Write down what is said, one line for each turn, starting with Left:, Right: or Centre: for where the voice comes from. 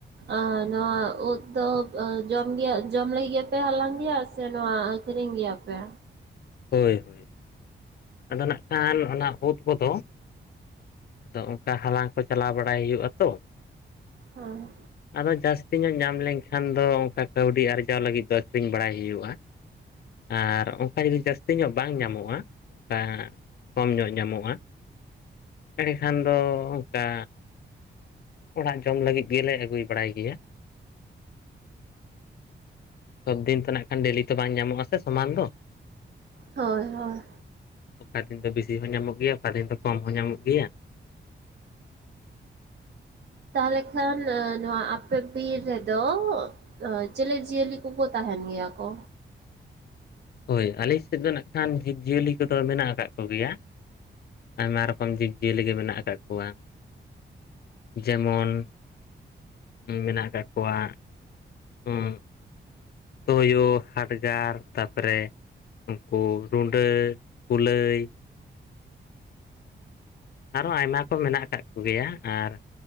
Right: ᱟᱨ ᱱᱚᱣᱟ ᱩᱫ ᱫᱚ ᱡᱚᱢ ᱜᱮᱭᱟ ᱡᱚᱢ ᱞᱟᱹᱜᱤᱫ ᱜᱮᱯᱮ ᱦᱟᱞᱟᱝ ᱜᱮᱭᱟ ᱥᱮ ᱱᱚᱣᱟ ᱟᱠᱷᱤᱨᱤᱧ ᱜᱮᱭᱟᱯᱮ?
Left: ᱦᱳᱭ᱾ ᱦᱳᱭ ᱟᱫᱚ ᱱᱟᱜ ᱠᱷᱟᱱ ᱚᱱᱟ ᱩᱫ ᱠᱚᱫᱚ ᱟᱫᱚ ᱚᱱᱠᱟ ᱦᱟᱞᱟᱝ ᱠᱚ ᱪᱟᱞᱟᱣ ᱵᱟᱲᱟᱭ ᱦᱩᱭᱩᱜ-ᱟ ᱛᱚ᱾
Right: ᱦᱳᱭ᱾
Left: ᱟᱫᱚ ᱡᱟᱹᱥᱛᱤ ᱧᱚᱜ ᱧᱟᱢ ᱞᱮᱱᱠᱷᱟᱱ ᱫᱚ ᱚᱝᱠᱟ ᱠᱟᱹᱣᱰᱤ ᱟᱨᱡᱟᱣ ᱞᱟᱹᱜᱤᱫ ᱫᱚ ᱟᱹᱠᱷᱨᱤᱧ ᱵᱟᱲᱟᱭ ᱦᱩᱭᱩᱜ-ᱟ᱾ ᱟᱨ ᱚᱝᱠᱟ ᱡᱩᱫᱤ ᱡᱟᱹᱥᱛᱤ ᱧᱚᱜ ᱵᱟᱝ ᱧᱟᱢᱚᱜ-ᱟ ᱚᱱᱠᱟ ᱠᱚᱢ ᱧᱚᱜ ᱧᱟᱢᱚᱜ-ᱟ᱾ ᱮᱸᱰᱮᱠᱷᱟᱱ ᱫᱚ ᱚᱝᱠᱟ ᱚᱲᱟᱜ ᱡᱚᱢ ᱞᱟᱹᱜᱤᱫ ᱜᱮᱞᱮ ᱟᱹᱜᱩ ᱵᱟᱲᱟᱭ ᱜᱮᱭᱟ᱾ ᱥᱚᱵᱫᱤᱱ ᱛᱚ ᱱᱟᱜ ᱠᱷᱟᱱ ᱰᱮᱞᱤ ᱛᱚ ᱵᱟᱝ ᱧᱟᱢᱚᱜ-ᱟ ᱥᱮ ᱥᱚᱢᱟᱱ ᱫᱚ᱾
Right: ᱦᱳᱭ ᱦᱳᱭ᱾
Left: ᱚᱠᱟ ᱫᱤᱱ ᱫᱚ ᱵᱤᱥᱤ ᱦᱚᱸ ᱧᱟᱢᱚᱜ ᱜᱮᱭᱟ, ᱚᱠᱟ ᱫᱤᱱ ᱫᱚ ᱠᱚᱢ ᱦᱚᱸ ᱧᱟᱢᱚᱜ ᱜᱮᱭᱟ᱾
Right: ᱛᱟᱦᱚᱞᱮ ᱠᱷᱟᱱ ᱮᱸ ᱱᱚᱣᱟ ᱟᱯᱮ ᱵᱤᱨ ᱨᱮᱫᱚ <unintelligible> ᱪᱮᱞᱮ ᱡᱤᱭᱟᱹᱞᱤ ᱠᱚᱠᱚ ᱛᱟᱦᱮᱱ ᱜᱮᱭᱟ ᱠᱚ?
Left: ᱦᱳᱭ ᱟᱞᱮ ᱥᱮᱫ ᱫᱚ ᱱᱟᱜ ᱠᱷᱟᱱ ᱡᱤᱵᱽ ᱡᱤᱭᱟᱹᱞᱤ ᱠᱚᱫᱚ ᱢᱮᱱᱟᱜ ᱠᱟᱜ ᱠᱚᱜᱮᱭᱟ ᱟᱭᱢᱟ ᱨᱚᱠᱚᱢ ᱡᱤᱵᱽ ᱡᱤᱭᱟᱹᱞᱤ ᱜᱮ ᱢᱮᱱᱟᱜ ᱠᱟᱜ ᱠᱚᱣᱟ᱾ ᱡᱮᱢᱚᱱ ᱦᱩᱸ ᱢᱮᱱᱟᱜ ᱠᱟᱜ ᱠᱚᱣᱟ ᱦᱩᱸ ᱛᱩᱭᱳ, ᱦᱟᱰᱜᱟᱨ ᱛᱟᱯᱚᱨᱮ ᱩᱱᱠᱩ ᱨᱩᱰᱟᱹ, ᱠᱩᱞᱟᱹᱭ ᱟᱨᱚ ᱟᱭᱢᱟ ᱠᱚ ᱢᱮᱱᱟᱜ ᱠᱟᱜ ᱠᱚᱜᱮᱭᱟ ᱟᱨ